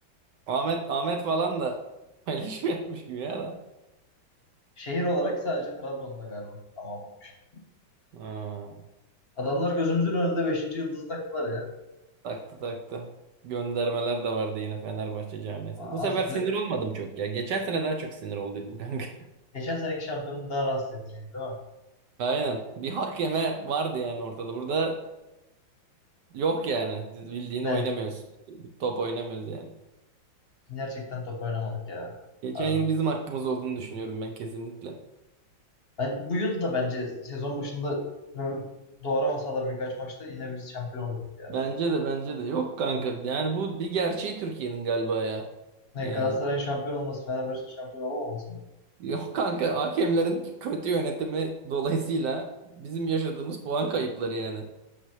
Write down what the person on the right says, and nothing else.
Ahmet Ahmet falan da <laughs> paylaşım yapmış gibi ya da.
Ha,
taktı taktı. Göndermeler de vardı yine Fenerbahçe camiasından.
Bu sefer
sinir olmadım çok ya. Geçen sene daha çok sinir olduydum kanka.
<laughs> Aynen. Bir hak yeme vardı yani ortada. Burada yok yani. Bildiğini
oynamıyoruz. Top oynamıyoruz yani.
Geçen
yıl bizim hakkımız olduğunu düşünüyorum ben kesinlikle.
Bence de bence de yok kanka. Yani bu bir gerçeği Türkiye'nin galiba ya.
Yani
<laughs> yok kanka hakemlerin kötü yönetimi dolayısıyla bizim yaşadığımız puan kayıpları yani.